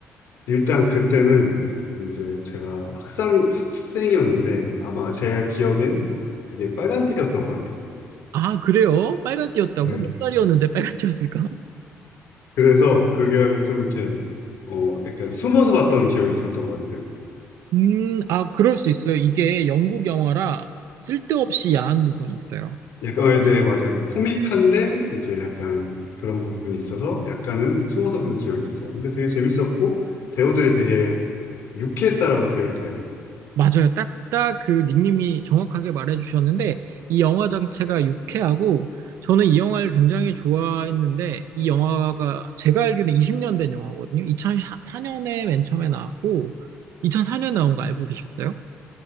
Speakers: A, on the left (about 60°); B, on the right (about 70°).
A: 일단 그때는 이제 제가 학생, 학생이었는데 아마 제 기억엔 그게 빨간띠였던 것 같아요.
B: 아, 그래요? 빨간 띠였다고?
A: 네.
B: 몇 살이었는데 빨간 띠였을까?
A: 그래서 그게 좀 이렇게, 어, 약간 숨어서 봤던 기억이 있었던 것 같아요.
B: 음, 아, 그럴 수 있어요. 이게 영국 영화라 쓸데없이 야한 부분이 있어요.
A: 약간, 어, 네, 맞아요. 코믹한데, 이제 약간 그런 부분이 있어서 약간은 숨어서 본 기억이 있어요. 근데 되게 재밌었고, 배우들이 되게 유쾌했다라고 기억이 돼요.
B: 맞아요. 딱딱 그 닉님이 정확하게 말해주셨는데, 이 영화 자체가 유쾌하고, 저는 이 영화를 굉장히 좋아했는데, 이 영화가 제가 알기로는 20년 된 영화거든요. 2004년에 맨 처음에 나왔고, 2004년에 나온 거 알고 계셨어요?